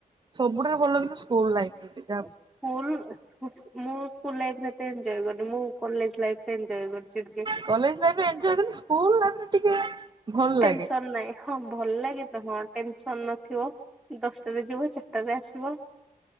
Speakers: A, on the right; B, in the centre.
A: ସବୁଠାରୁ ଭଲ କିନ୍ତୁ ସ୍କୁଲ ଲାଇଫ ଦିଦି।
B: ସ୍କୁଲ ମୁଁ ସ୍କୁଲ ଲାଇରେ ଏତେ ଏଞ୍ଜୟେ କରିନି। ମୁଁ କଲେଜ ଲାଇଫରେ ଏଞ୍ଜୟେ କରିଚି ଟିକେ।
A: କଲେଜ ଲାଇଫ୍ ରେ ଏଞ୍ଜୟେ କଲି। ସ୍କୁଲ ଲାଇଫ୍ ରେ ଟିକେ ଭଲ
B: ଟେନସନ
A: ଲାଗେ
B: ନାହିଁ। ହଁ ଭଲ ଲାଗେ ତ ହଁ। ଟେନସନ ନଥିବ ଦଶଟାରେ ଯିବ ଚାରିଟାରେ ଆସିବ।